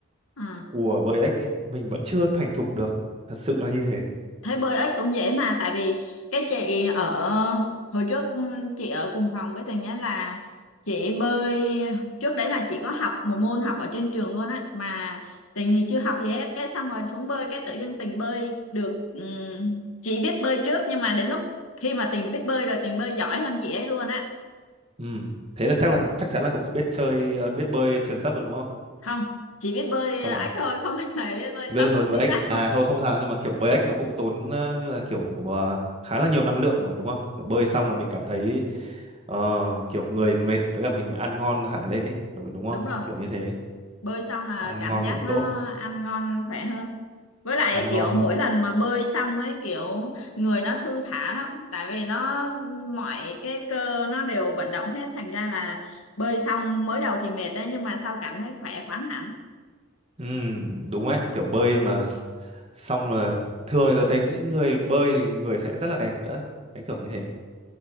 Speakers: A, on the left; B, on the right.
A: À.
B: của bơi ếch ấy, mình vẫn chưa thành thục được thật sự là như thế
A: Thấy bơi ếch cũng dễ mà tại vì cái chị ở hồi trước ừm, chị ở cùng phòng với Tường nhé là chị bơi trước đấy là chị có học một môn học ở trên trường luôn á mà Tình thì chưa học gì hết cái xong rồi xuống bơi cái tự dưng Tình bơi được ừm, chị biết bơi trước nhưng mà đến lúc khi mà Tình biết bơi rồi Tình bơi giỏi hơn chị ấy luôn á
B: ừ. thế là chắc là chắc chắn là cậu biết chơi ờ, biết bơi truyền sấp rồi đúng không
A: không chỉ biết bơi
B: không
A: ếch
B: à
A: thôi không <laughs> hề biết bơi
B: Vâng,
A: sóng
B: rồi
A: một
B: Black
A: tí nào
B: à thôi không sao nhưng mà kiểu Black nó cũng tốn ờ, tức là kiểu ờ, khá là nhiều năng lượng mà đúng không kiểu bơi xong là mình cảm thấy ờ, kiểu người mệt với cả mình ăn ngon hẳn lên ấy đúng, đúng
A: đúng
B: không
A: rồi
B: kiểu như thế
A: bơi xong là
B: ăn
A: cảm
B: ngon
A: giác
B: ngủ
A: nó
B: tốt
A: ăn ngon khỏe hơn với lại
B: ăn
A: kiểu
B: ngon
A: mỗi
B: ngủ
A: lần mà bơi xong ấy kiểu người nó thư thả lắm tại vì nó mọi cái cơ nó đều vận động hết thành ra là bơi xong mới đầu thì mệt đấy nhưng mà sau cảm thấy khỏe khoắn hẳn
B: Ừm, đúng ấy kiểu bơi mà s- xong là thường thì tôi thấy những người bơi thì người sẽ rất là đẹp nữa thấy kiểu như thế